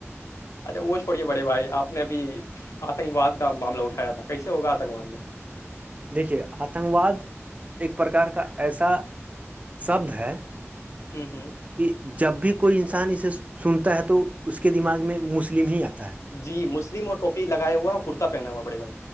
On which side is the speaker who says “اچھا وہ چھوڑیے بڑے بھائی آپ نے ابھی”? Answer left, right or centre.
Left